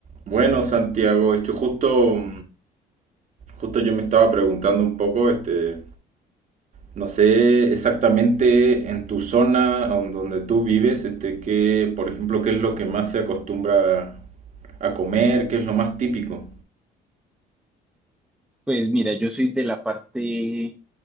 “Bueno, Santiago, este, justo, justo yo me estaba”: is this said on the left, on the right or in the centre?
Right